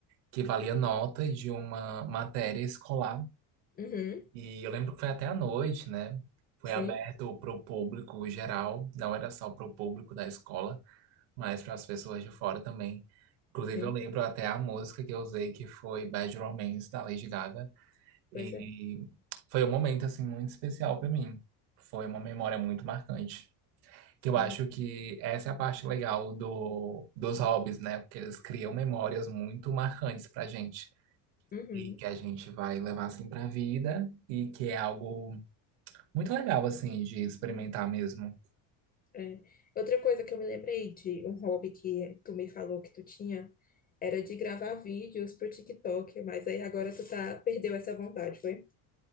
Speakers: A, on the right; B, on the left.
A: que valia nota de uma matéria escolar.
B: Uhum,
A: E eu lembro que foi até à noite, né? Foi
B: sim,
A: aberto para o público geral, não era só para o público da escola, mas para as pessoas de fora também. Inclusive,
B: sim,
A: eu lembro até a música que eu usei, que foi Bad Romance, da Lady Gaga.
B: pois
A: E
B: é,
A: foi um momento, assim, muito especial para mim. Foi uma memória muito marcante.
B: sim.
A: Que eu acho que essa é a parte legal do, dos hobbies, né? Porque eles criam memórias muito marcantes pra gente.
B: Uhum.
A: E que a gente vai levar assim pra vida. E que é algo muito legal, assim, de experimentar mesmo.
B: É. Outra coisa que eu me lembrei de um hobby que tu me falou que tu tinha era de gravar vídeos pro TikTok, mas aí agora tu tá, perdeu essa vontade, foi?